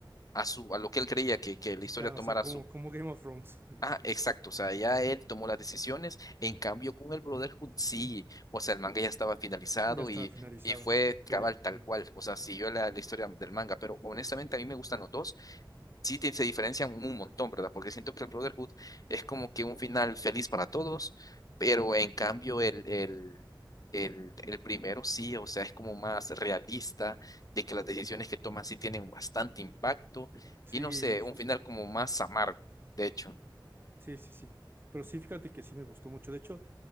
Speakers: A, on the left; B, on the right.
A: a, su, a lo que él creía que, que la
B: ya,
A: historia tomara
B: o sea, como, como Game of Thrones,
A: Ah, exacto, o sea, ya él tomó las decisiones, en cambio con el Brotherhood sí, o sea, el manga ya estaba finalizado
B: <laughs> ya está
A: y,
B: finalizado,
A: y fue
B: ok,
A: cabal tal
B: ok.
A: cual, o sea, siguió la, la historia del manga, pero honestamente a mí me gustan los dos, sí te- se diferencian un montón, ¿verdad? Porque siento que el Brotherhood es como que un final feliz para todos, pero en cambio el, el, el, el primero sí, o sea, es como más realista, de que las decisiones que toman sí tienen bastante impacto
B: Sí,
A: y no sé,
B: sí,
A: un final
B: sí,
A: como más amargo, de hecho.
B: sí, sí, sí, pero sí, fíjate que sí me gustó mucho, de hecho,